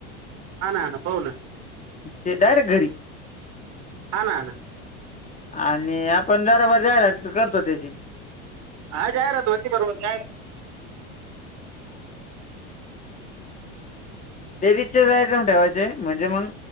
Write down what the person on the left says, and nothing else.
ते डायरेक्ट घरी.
आणि आपण बरोबर जाहिरात करतो त्याची.
लेडीजचेच आयटम ठेवायचे म म्हणजे, मग